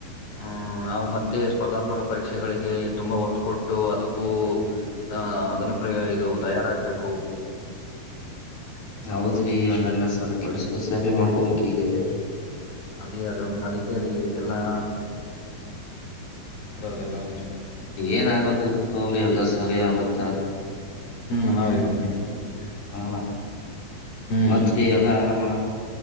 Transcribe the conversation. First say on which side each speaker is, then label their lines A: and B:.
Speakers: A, on the left (about 75°); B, on the left (about 90°).
A: ಹ್ಮ್ ನಾವು ಮತ್ತ ಮತ್ತೆ ಸ್ಪರ್ಧಾತ್ಮಕ ಪರೀಕ್ಷೆಗಳಿಗೆ ತುಂಬಾ ಒತ್ತು ಕೊಟ್ಟು ಅದಕ್ಕೂ ಹ ಅದನ್ನು ಪ್ರ ಇದು ತಯಾರಾಗ್ಬೇಕು
B: ಹೌದ್ರೀ ಅದನ್ನ ಸ ಪಡಸ್ಕೊ ಸೇಪಿ ಮಾಡ್ಕೋಬೇಕ ಈಗೆ
A: ಅಡಿಯದೊಂದು ಅದಕ್ಕೆೇರಿ ಎಲ್ಲಾ ಹತಿರ ಅದೆಲ್ಲಾ
B: ಏನ ಆಗೋದ ಇವತ್ತು ಸರಿ ಆಗುತ್ತಾ
A: ಹ್ಮ್ ಹಾಗ <unintelligible>
B: ಹಾ
A: ಹ್ಮ್
B: ಮತ್ತಗ್ ಯಾಗ ಆರಾಮ.